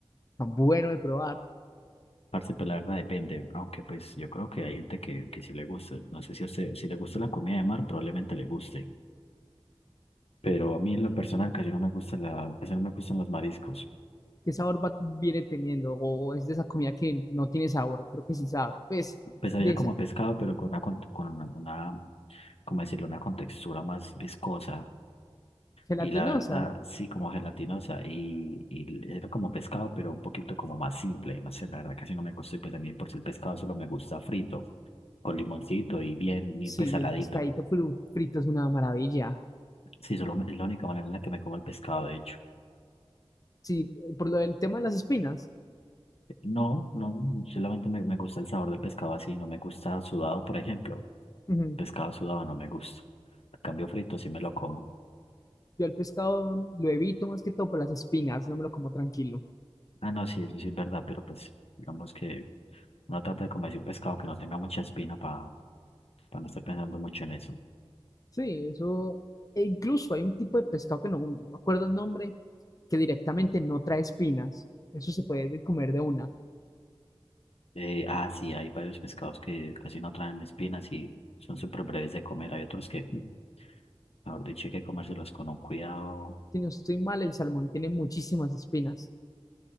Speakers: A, on the left (about 35°); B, on the left (about 80°).
A: tan bueno de probar.
B: Parce, pues la verdad depende, aunque pues yo creo que hay gente que, que sí le gusta. No sé si a usted, si le gusta la comida de mar, probablemente le guste. Pero a mí en lo personal casi no me gusta la, casi no me gustan los mariscos.
A: ¿Qué sabor va- viene teniendo? O es de esa comida que no tiene sabor, creo que sí sabe. Pues,
B: Pues había
A: de esa
B: como pescado, pero con una, con con una, una, ¿cómo decirlo? Una contextura más viscosa.
A: gelatinosa,
B: Y la verdad, sí, como gelatinosa. Y, y era como pescado, pero un poquito como más simple. No sé, la verdad casi no me gustó. Y pues a mí por si el pescado solo me gusta frito, con limoncito y bien, y
A: sí,
B: pesaladito.
A: el pescadito fru- frito es una maravilla.
B: Sí, solo me- es la única manera en la que me como el pescado, de hecho.
A: Sí, por lo del tema de las espinas,
B: No, no, solamente me, me gusta el sabor del pescado así, no me gusta sudado, por ejemplo.
A: ujú,
B: Pescado sudado no me gusta. En cambio frito sí me lo como.
A: Yo el pescado lo evito más que todo por las espinas, no me lo como tranquilo.
B: Ah, no, sí, eso sí es verdad, pero pues digamos que uno trata de comerse un pescado que no tenga mucha espina para no estar pensando mucho en eso.
A: Sí, eso. e incluso hay un tipo de pescado que no, no me acuerdo el nombre, que directamente no trae espinas. Eso se puede comer de una.
B: Eh, ah, sí, hay varios pescados que casi no traen espinas y son súper breves de comer. Hay otros que, mm, mejor dicho, hay que comérselos con un cuidado
A: Si no estoy mal, el salmón tiene muchísimas espinas,